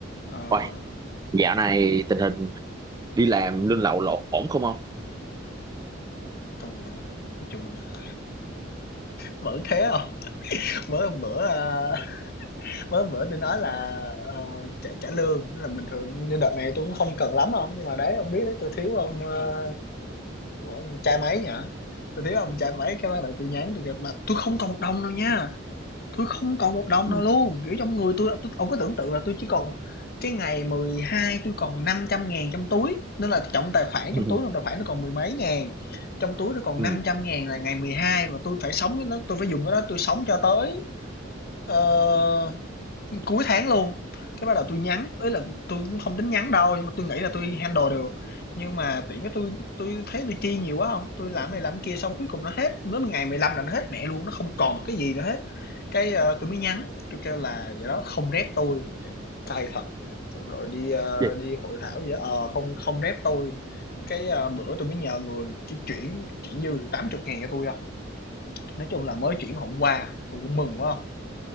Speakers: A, on the left (about 50°); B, on the right (about 20°).
A: Ờ,
B: Ôi, dạo này tình hình đi làm lương lậu lộn ổn không ông?
A: tui hả? Nói chung là vẫn thế không <laughs> Mới hôm bữa, a, mới hôm bữa tui nói là, ờ, trả trả lương, tức là bình thường như đợt này tôi cũng không cần lắm đâu, nhưng mà đấy, ông biết đấy, tôi thiếu ông, ơ, ông cha máy nhở, tôi thiếu ông cha máy cái bắt đầu tôi nhắn tui kêu mà tôi không còn 1 đồng đâu nha. tôi không còn một đồng
B: Ừ.
A: nào luôn, kiểu, trong người tôi tui ông có tưởng tượng là tôi chỉ còn cái ngày 12 tôi còn năm trăm ngàn trong túi, nên là trong tài khoản
B: Ừ.
A: trong túi trong tài khoản nó còn mười mấy ngàn, trong túi nó còn
B: Ừ.
A: năm trăm ngàn là ngày 12 và tôi phải sống với nó, tôi phải dùng cái đó tôi sống cho tới, ờ Cuối tháng luôn, cái bắt đầu tôi nhắn, ấy là tôi cũng không tính nhắn đâu, nhưng mà tôi nghĩ là tôi handle được. Nhưng mà tiện cái tôi tôi thấy tôi chi nhiều quá không, tôi làm này làm kia xong cuối cùng nó hết, đến ngày 15 là nó hết mẹ luôn, nó không còn một cái gì nữa hết. Cái, ơ, tui mới nhắn, tôi kêu là "Vậy đó, không rep tôi, cay thật, xong rồi đi, ơ,
B: Vậy
A: đi hội thảo vậy, ờ, không không rep tôi, Cái, ơ, bữa tôi mới nhờ người chi chuyển chuyển dư được tám chục ngàn cho tôi không, Nói chung là mới chuyển hôm qua, tôi cũng mừng quá.